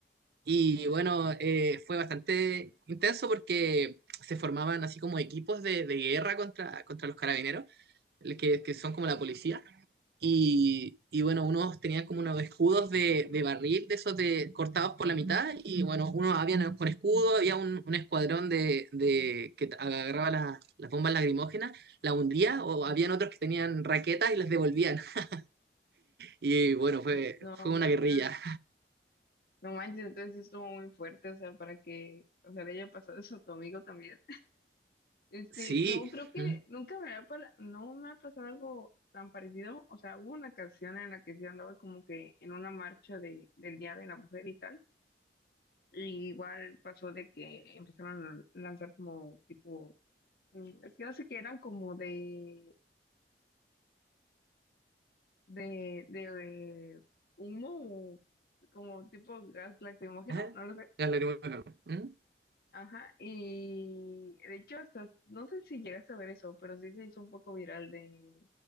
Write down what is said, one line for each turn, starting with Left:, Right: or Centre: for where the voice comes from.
Right: Y bueno, eh, fue bastante intenso porque se formaban así como equipos de, de guerra contra, contra los carabineros, que, que son como la policía y, y bueno, unos tenían como unos escudos de, de barril, de esos de, cortados por la mitad, y bueno, unos habían con escudo, había un, un escuadrón de, de que agarraba las, las bombas lagrimógenas, las hundía, o habían otros que tenían raquetas y las devolvían. <laughs> Y bueno, fue,
Left: No,
Right: fue
Left: ma,
Right: una guerrilla.
Left: no manches, entonces sí estuvo muy fuerte, o sea, para que, o sea, le haya pasado eso a tu amigo también. Este,
Right: Sí.
Left: no, creo que
Right: ¿Mm?
Left: nunca me ha, para, no me ha pasado algo tan parecido, o sea, hubo una canción en la que sí andaba como que en una marcha de, del Día de la Mujer y tal, y igual pasó de que empezaron a lanzar como tipo, mm, es que no sé qué, eran como de de, de humo, como tipo gas lacrimógeno,
Right: ¿Eh?
Left: no lo sé.
Right: Las lagrimógenas. ¿Mm?
Left: Ajá, y de hecho hasta, no sé si llegaste a ver eso, pero sí se hizo un poco viral de,